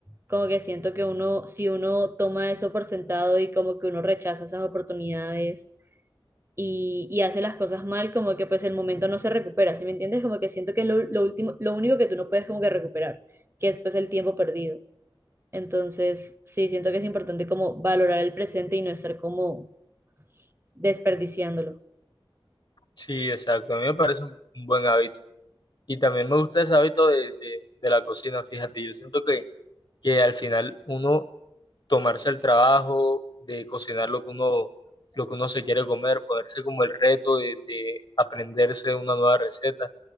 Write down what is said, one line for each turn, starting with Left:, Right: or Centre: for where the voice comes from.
Right: como que siento que uno, si uno toma eso por sentado y como que uno rechaza esas oportunidades y, y hace las cosas mal, como que pues el momento no se recupera, ¿sí me entiendes? Como que siento que es lo, lo último, lo único que tú no puedes como que recuperar, que es pues el tiempo perdido. Entonces, sí, siento que es importante como valorar el presente y no estar como desperdiciándolo.
Left: Sí, exacto, a mí me parece un, un buen hábito. Y también me gusta ese hábito de, de, de la cocina, fíjate, yo siento que, que al final uno tomarse el trabajo de cocinar lo que uno, lo que uno se quiere comer, ponerse como el reto de, de aprenderse una nueva receta,